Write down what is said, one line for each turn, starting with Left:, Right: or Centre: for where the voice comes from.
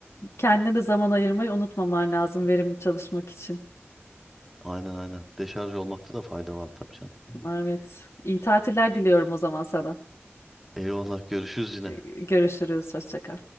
Left: kendine de zaman ayırmayı unutmaman lazım verimli çalışmak için.
Centre: Aynen aynen. Deşarj olmakta da fayda var tabii canım.
Left: Evet. İyi tatiller diliyorum o zaman sana.
Centre: Eyvallah görüşürüz yine.
Left: Ee, Görüşürüz. Hoşça kal.